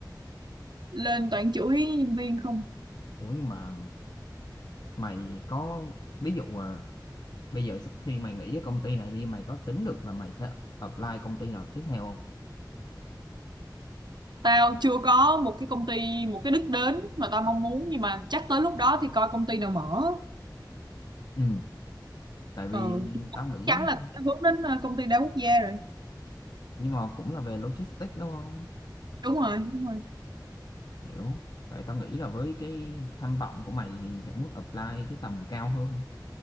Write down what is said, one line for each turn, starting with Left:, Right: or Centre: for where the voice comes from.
Right: lên toàn chửi nhân viên không
Left: ủa nhưng mà mày có ví dụ à, bây giờ sau khi mày nghỉ ở công ty này đi mày có tính được là mày sẽ apply công ty nào tiếp theo không
Right: Tao chưa có một cái công ty, một cái đích đến mà tao mong muốn nhưng mà chắc tới lúc đó thì coi công ty nào mở.
Left: ừ tại vì
Right: Ừ, chắc
Left: tao nghĩ
Right: chắn là tao hướng đến ờ, công ty đa quốc gia rồi.
Left: nhưng mà cũng là về logistics đúng không
Right: Đúng rồi, đúng rồi.
Left: hiểu tại tao nghĩ là với cái tham vọng của mày thì sẽ muốn apply cái tầm cao hơn